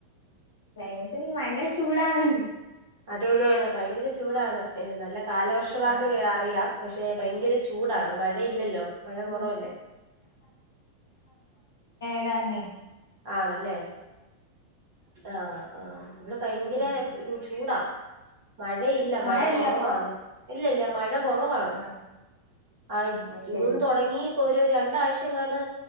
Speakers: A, on the left (about 65°); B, on the right (about 55°).
A: ക്ലൈമറ്റ് ഭയങ്കര ചൂടാണ്.
B: അതെ അതെ അതെ ഭയങ്കര ചൂടാണ്. എഹ് നല്ല കാലവർഷവാന്ന്
A: ആഹ്
B: കേ അറിയാം. പക്ഷേ ഭയങ്കര ചൂടാണ്.
A: ആഹ്
B: മഴയില്ലല്ലോ മഴ കൊറവല്ലേ
A: ഞ യകാരണെ
B: ആണല്ലേ ആഹ് ആഹ് ഇവിടെ ഭയങ്കര
A: ഉം
B: ചൂടാ മഴയില്ല
A: മഴയില്ല
B: മഴ കൊറവാണ്
A: അപ്പൊ
B: ഇല്ലില്ല മഴ കൊറവാണ്
A: ആഹ്
B: അഹ്
A: അത്
B: ജൂൺ
A: ശരി
B: തൊടങ്ങി ഇപ്പോ ഒരു രണ്ടാഴ് എങ്ങാണ്ട്